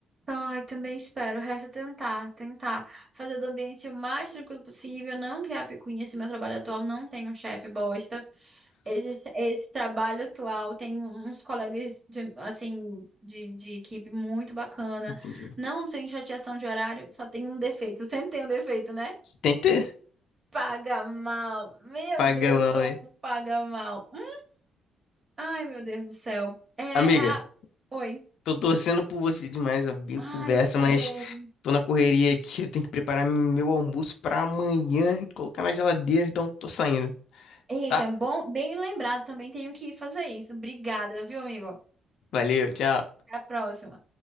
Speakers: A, on the right; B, on the left.
A: Ai, também espero. Resta tentar, tentar fazer do ambiente o mais tranquilo possível, não criar picuinha. Esse meu trabalho atual não tem um chefe bosta. Esse, esse trabalho atual tem uns colegas de, assim, de, de equipe muito bacana.
B: Entendi.
A: Não tem chateação de horário, só tem um defeito. <laughs> Sempre tem um defeito, né?
B: Tem que ter
A: Paga mal. Meu
B: pagamão,
A: Deus, como
B: né?
A: paga mal. Hum. Ai, meu Deus do céu. É, é
B: Amiga,
A: a... Oi.
B: tô torcendo por você demais, amigo.
A: Ai,
B: Conversa,
A: eu tô
B: mas
A: bem.
B: tô na correria aqui. Eu tenho que preparar meu almoço pra amanhã e colocar na geladeira, então tô saindo,
A: Eita,
B: tá?
A: bom, bem lembrado, também tenho que fazer isso. Obrigada, viu, amigo?
B: Valeu, tchau.
A: Até a próxima.